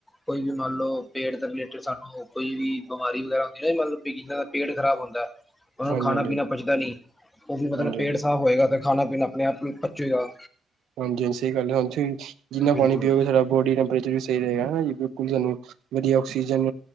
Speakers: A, on the left (about 20°); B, on the right (about 75°).
A: ਕੋਈ ਵੀ ਮੰਨ ਲਓ ਪੇਟ ਥੱਲੇ ਜੇ ਸਾਨੂੰ ਕੋਈ ਵੀ, ਬਿਮਾਰੀ ਵਗੈਰਾ ਹੁੰਦੀ ਨਾ ਮਤਲਬ ਕਿ ਜਿਦਾ ਪੇਟ ਖਰਾਬ ਹੁੰਦਾ। ਉਹਨਾਂ ਨੂੰ
B: ਹਾਂਜੀ
A: ਖਾਣਾ
B: ਹਾਂਜੀ
A: -ਪੀਣਾ ਪਚਦਾ ਨਹੀਂ, ਉਹ ਵੀ ਮਤਲਬ
B: ਹਾਂਜੀ
A: ਪੇਟ ਸਾਫ਼ ਹੋਏਗਾ। ਅਤੇ ਖਾਣਾ -ਪੀਣਾ ਆਪਣੇ ਆਪ ਨੂੰ ਪਚੇਗਾ।
B: ਹਾਂਜੀ -ਹਾਂਜੀ ਸਹੀ ਗੱਲ ਹੈ, ਹਾਂਜੀ ਜਿੰਨਾ
A: ਬਿਲਕੁਲ
B: ਪਾਣੀ ਪੀਓਗੇ ਸਾਡਾ ਬੋਡੀ ਟੈਂਪਰੇਚਰ ਵੀ, ਸਹੀ ਰਹੇਗਾ ਨਾ ਜੀ ਬਿਲਕੁਲ ਸਾਨੂੰ ਵਧੀਆ ਆਕਸੀਜਨ